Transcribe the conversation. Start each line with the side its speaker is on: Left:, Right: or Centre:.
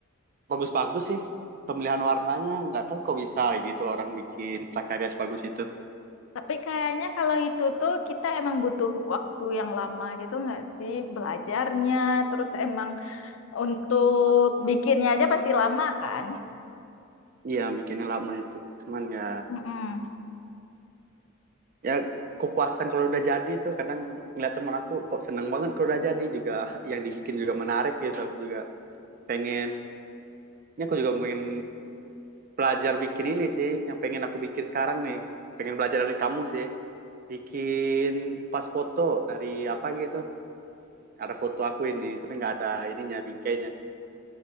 Right: bagus-bagus sih pemilihan warnanya nggak tahu kok bisa gitu orang bikin prakarya sebagus itu
Left: Tapi kayaknya kalau itu tuh kita emang butuh waktu yang lama gitu nggak sih belajarnya, terus emang Untuk bikinnya aja pasti lama kan?
Right: iya bikinnya lama itu cuman ya
Left: Mm-mm.
Right: ya kepuasan kalau udah jadi tuh kadang ngeliat teman aku kok seneng banget kalau udah jadi juga yang dibikin juga menarik gitu aku juga pengen ini aku juga pengen belajar bikin ini sih yang pengen aku bikin sekarang nih pengen belajar dari kamu sih bikin pas foto dari apa gitu ada foto aku ini tapi nggak ada ininya bingkainya